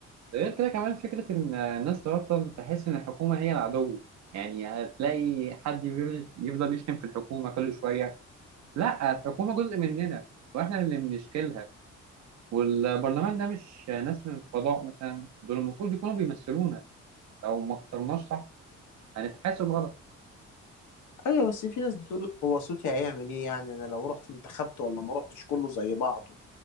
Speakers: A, on the right; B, on the left.
A: ده غير كده كمان فكرة إن الناس تبطل تحس إن الحكومة هي العدو يعني هتلاقي حد يفضل يفضل يشتم في الحكومة كل شوية لا الحكومة جزء مننا وإحنا اللي بنشكلها والبرلمان ده مش ناس من الفضاء مثلا دول المفروض يكونوا بيمثلونا لو ما اخترناش صح هنتحاسب غلط
B: أيوة بس في ناس بتقول لك هو صوتي هيعمل إيه يعني أنا لو رحت انتخبت ولا ما رحتش كله زي بعضه